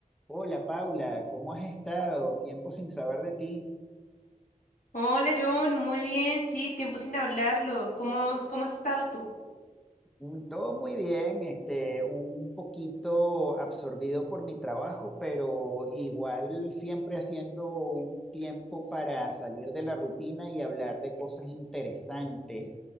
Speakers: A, in the centre; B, on the left (about 70°).
A: Hola Paula, ¿cómo has estado? Tiempo sin saber de ti.
B: Hola John, muy bien, sí, tiempo sin hablarlo. ¿Cómo, cómo has estado tú?
A: Mm, Todo muy bien, este, un poquito absorbido por mi trabajo, pero igual siempre haciendo un tiempo para salir de la rutina y hablar de cosas interesantes